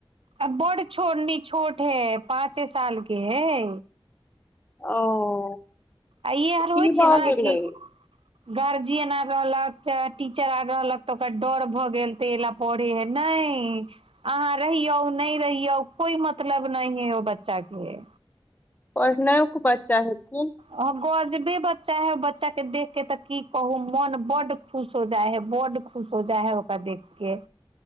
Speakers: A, on the right; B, on the left.
A: आ बड़ छोट है, पाँचे सालके है।
B: ओ
A: आइयो
B: की
A: आर होइ छै
B: भऽ
A: ने
B: गेलै
A: की? गार्जियन आ रहलक चाही, टीचर आ रहलक तऽ ओकर डर भऽ गेल। तेला पढ़ै नहि। अहाँ रहियौ नहि रहियौ, कोइ मतलब नहि हे ओ बच्चाके।
B: पढ़नाइयो खऽ बच्चा हेथिन।
A: हँ, गजबे बच्चा छै बच्चा, देख कऽ तऽ की कहू, मोन बड्ड खुश हो जाइ है, बड़ खुश हो जाइ है ओकरा देख के।